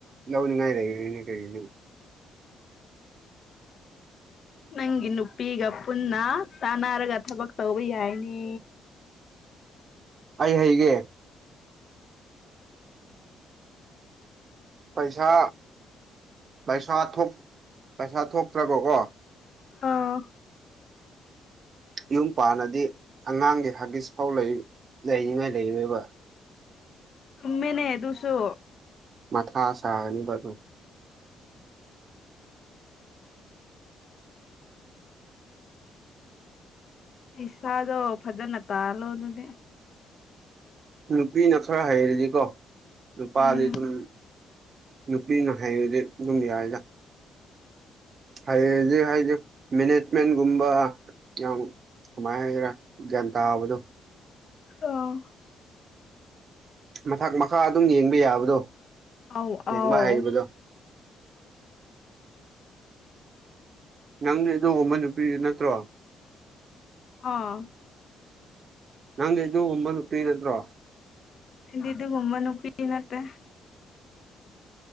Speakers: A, on the right; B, on the left.
A: ꯂꯧꯅꯤꯡꯉꯥꯏ ꯂꯩꯔꯣꯏꯅꯦ ꯀꯩꯅꯣ <inaudible>
B: ꯅꯪꯒꯤ ꯅꯨꯄꯤꯒ ꯄꯨꯟꯅꯥ ꯇꯥꯟꯅꯔꯒ ꯊꯥꯕꯛ ꯇꯧꯕ ꯌꯥꯏꯅꯦ
A: ꯑꯩ ꯍꯥꯏꯒꯦ ꯄꯩꯁꯥ ꯄꯩꯁꯥ ꯄꯩꯁꯥ ꯊꯣꯛꯇ꯭ꯔꯥꯕꯀꯣ
B: ꯑꯥ
A: ꯌꯨꯝ ꯄꯥꯜꯂꯗꯤ ꯑꯉꯥꯡꯒꯤ ꯍꯥꯒꯤꯁ ꯐꯥꯎ ꯂꯩꯅꯤꯡꯉꯥꯏ ꯂꯩꯔꯥꯔꯣꯏ
B: ꯆꯨꯝꯃꯦꯅꯦ ꯑꯗꯨꯁꯨ
A: ꯃꯊꯥ ꯁꯥꯅꯤꯡꯕ
B: ꯄꯩꯁꯥꯗꯣ ꯐꯥꯖꯅ ꯇꯥꯜꯂꯣ ꯑꯗꯨꯗꯤ
A: ꯅꯨꯄꯤ ꯈꯔ ꯍꯩꯔꯦꯀꯣ ꯅꯨꯄꯥꯗꯤ
B: ꯎꯝ
A: ꯑꯗꯨꯝ ꯅꯨꯄꯤꯅ ꯍꯩꯔꯗꯤ ꯑꯗꯨꯝ ꯌꯥꯏꯗ ꯍꯩꯔꯗꯤ ꯍꯥꯏꯗꯤ ꯃꯦꯅꯦꯖꯃꯦꯟꯒꯨꯝꯕ ꯌꯥꯝ ꯀꯃꯥꯏꯟ ꯍꯥꯏꯁꯤꯔꯥ ꯒ꯭ꯌꯥꯟ ꯇꯥꯕꯗꯣ
B: ꯑꯥ
A: ꯃꯊꯛ ꯃꯈꯥ ꯑꯗꯨꯝ ꯌꯦꯡꯕ ꯌꯥꯕꯗꯣ
B: ꯑꯧ
A: ꯌꯦꯡꯕ
B: ꯑꯧ
A: ꯍꯩꯕꯗꯣ ꯅꯪꯗꯤ ꯑꯗꯨꯒꯨꯝꯕ ꯅꯨꯄꯤꯅꯤ ꯅꯠꯇ꯭ꯔꯣ
B: ꯑꯥ
A: ꯅꯪꯗꯤ ꯑꯗꯨꯒꯨꯝꯕ ꯅꯨꯄꯤ ꯅꯠꯇ꯭ꯔꯣ
B: ꯑꯩꯗꯤ ꯑꯗꯨꯒꯨꯝꯕ ꯅꯨꯄꯤ ꯅꯠꯇꯦ